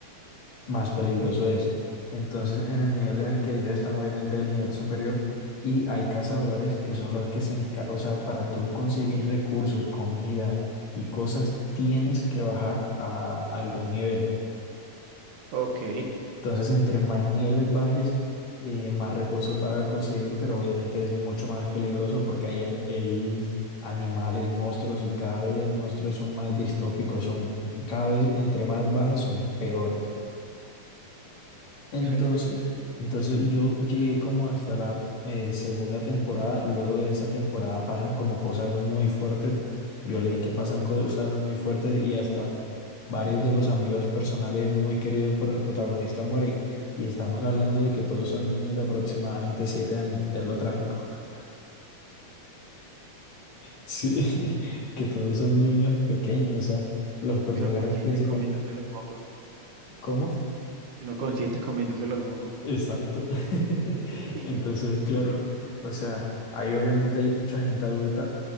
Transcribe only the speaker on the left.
más peligroso es. Entonces, en el nivel en el que ellos están, obviamente, el nivel superior, y hay cazadores que son los que se encargan, o sea, para tú conseguir recursos, comida y cosas, tienes que bajar a algún nivel.
Entonces, entre más niveles bajes, eh, más recursos va a conseguir, pero obviamente es mucho más peligroso porque hay, an- hay animales, monstruos y cada vez los monstruos son más distópicos, son cada vez entre más bajes son peores. Entonces,
entonces yo llegué como hasta la eh, segunda temporada. Luego de esa temporada pasan como cosas muy fuertes. Yo leí que pasan cosas muy fuertes y hasta varios de los amigos personales muy queridos por el protagonista mueren. Y estamos hablando de que todos son niños de aproximadamente siete años. Es lo trágico. <laughs> Sí, que todos son niños pequeños. O sea, los personajes
principales.
¿Cómo?
Exacto. <laughs>
Entonces, claro, o sea, ahí obviamente hay mucha gente adulta,